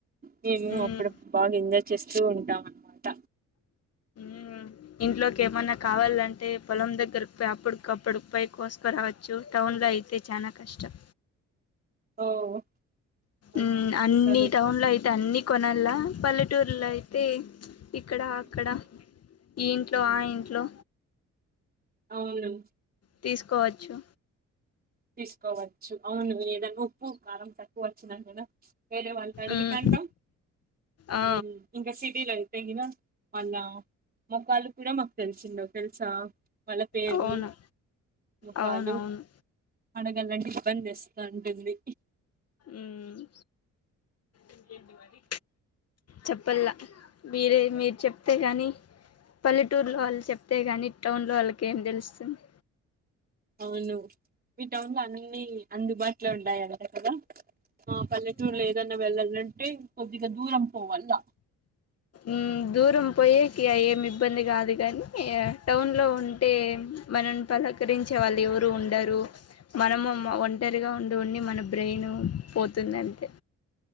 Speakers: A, on the right; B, on the left.
A: మేము
B: మ్మ్.
A: అప్పుడప్పుడు బాగా ఎంజాయ్ చేస్తూ ఉంటాం అన్నమాట
B: ఉమ్. ఇంట్లోకి ఏమన్నా కావాలంటే పొలం దగ్గరకి పోయి, అప్పుడుకప్పుడు పోయి కోసుకరావచ్చు. టౌన్ లో అయి అయితే చానా కష్టం
A: ఓ అవును
B: ఉమ్ అన్ని
A: అసలు
B: టౌన్ లో అయితే అన్ని కొనాలా పల్లెటూరులో అయితే ఇక్కడ అక్కడ ఈ ఇంట్లో ఆ ఇంట్లో
A: అవును
B: తీసుకోవచ్చు.
A: తీసుకోవచ్చు అవును ఏదనా ఉప్పు కారం తక్కువ వచ్చిన గూడా వేరె వాళ్ళ అడుగుతారు
B: మ్మ్. ఆ,
A: ఉమ్ ఇంకా సిటీలో అయితే తెగిన వాళ్ళ మొకాళ్లు కూడా మాకు తెలిసుండవు తెలుసా వాళ్ళ పేర్లు
B: అవును
A: ముఖాలు
B: అవునవును
A: అడగలాంటే ఇబ్బంది ఇస్తా అంటుంది
B: ఉమ్. ఇంకేంటి మరి చెప్పల్లా మీరే మీరు చెప్తే గానీ పల్లెటూరులో వాళ్ళు చెప్తే గాని, టౌన్ లో వాళ్ళకి ఏం దెలుస్తుంది.
A: అవును. మీ టౌన్ లో అన్నీ అందుబాటులో ఉంటాయంట కదా! ఆ పల్లెటూరులో ఏదన్నా వెళ్ళాలంటే కొద్దిగా దూరం పోవాలా
B: ఉమ్ దూ పోయేకి ఏమి ఇబ్బంది గాదు కానీ టౌన్లో ఉంటే మనం పలకరించే వాళ్ళు ఎవరు ఉండరు మనము ఒం ఒంటరిగా ఉండి ఉండి మన బ్రెయిన్ పోతుందంతే